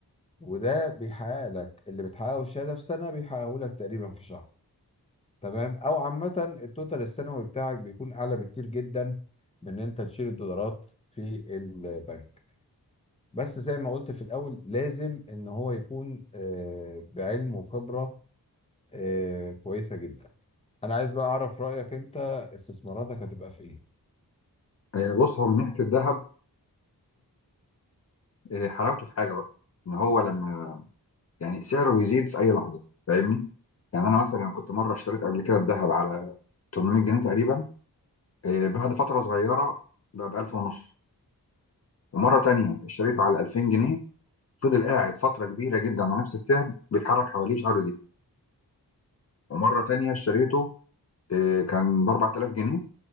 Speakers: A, on the left; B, on the left.
A: وده بيحقق لك اللي بتحققه الشهاده في سنه بيحققه لك تقريبا في شهر تمام او عامه التوتال السنوي بتاعك بيكون اعلى بكتير جدا من ان انت تشيل الدولارات في البنك بس زي ما قلت في الاول لازم ان هو يكون آه، بعلم وخبره آه، كويسه جدا انا عايز بقى اعرف رايك انت استثماراتك هتبقى في ايه
B: آه، بص هو من ناحيه الذهب آه، حلاوته في حاجه بقى ان هو لما يعني سعره بيزيد في اي لحظه فاهمني يعني انا مثلا كنت مره اشتريت قبل كده الذهب على 800 جنيه تقريبا آه، بعد فتره صغيره بقى ب 1000 ونص ومره تانية اشتريته على 2000 جنيه فضل قاعد فتره كبيره جدا على نفس السعر بيتحرك حواليه شعره زيت ومره تانية اشتريته آه، كان ب 4000 جنيه